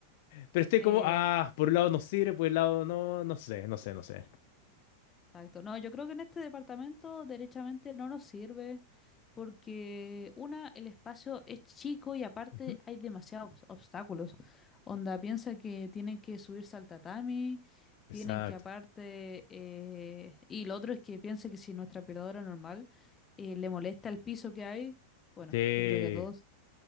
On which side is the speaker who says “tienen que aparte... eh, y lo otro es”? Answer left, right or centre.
Left